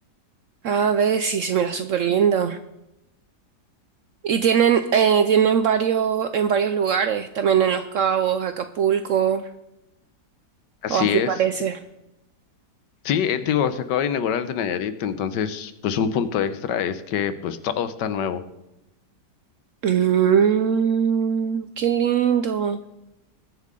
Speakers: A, on the right; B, on the left.
A: A ver, sí, se mira súper lindo. Y tienen, eh, tienen varios, en varios lugares, también en Los Cabos, Acapulco,
B: Así
A: o así
B: es.
A: parece.
B: Sí, eh, digo, se acaba de inaugurar el de Nayarit, entonces, pues un punto extra es que pues todo está nuevo.
A: Mmm, qué lindo.